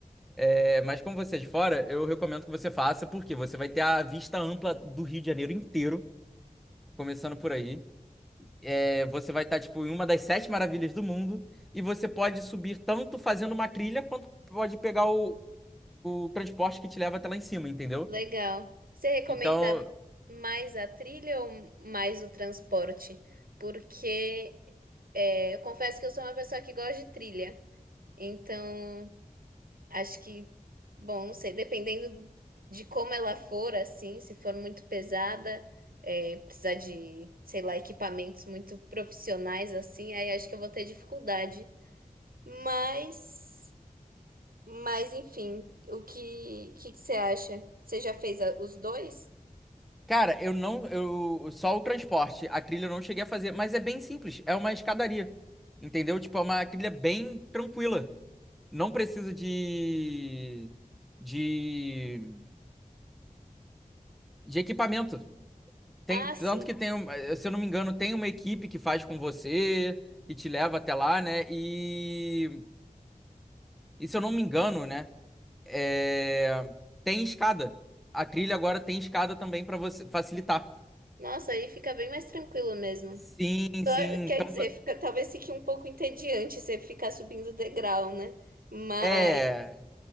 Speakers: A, in the centre; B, on the right.
A: É, mas como você é de fora, eu recomendo que você faça, porque você vai ter a vista ampla do Rio de Janeiro inteiro, começando por aí. É, Você vai estar, tipo, em uma das sete maravilhas do mundo e você pode subir tanto fazendo uma trilha quanto pode pegar o, o, o transporte que te leva até lá em cima, entendeu?
B: Legal. Você recomenda
A: Então,
B: mais a trilha ou mais o transporte? Porque é, eu confesso que eu sou uma pessoa que gosta de trilha. Então. Acho que, bom, não sei, dependendo de como ela for, assim, se for muito pesada, é, precisar de, sei lá, equipamentos muito profissionais, assim, aí acho que eu vou ter dificuldade. Mas, mas enfim, o que, que que você acha? Você já fez a- os dois?
A: cara, eu não, eu só o transporte, a trilha eu não cheguei a fazer, mas é bem simples, é uma escadaria, entendeu? Tipo, é uma trilha bem tranquila, não precisa de de de equipamento. Tem
B: Ah, sim.
A: tanto que tem, um- eh, se eu não me engano, tem uma equipe que faz com você, que te leva até lá, né? E, e se eu não me engano, né? é, tem escada. A trilha agora tem escada também para você facilitar.
B: Nossa, aí fica bem mais tranquilo mesmo.
A: Sim, sim.
B: Só- quer
A: Então,
B: dizer,
A: vo-
B: fica, talvez fique um pouco entediante você ficar subindo o degrau, né? Mas
A: é,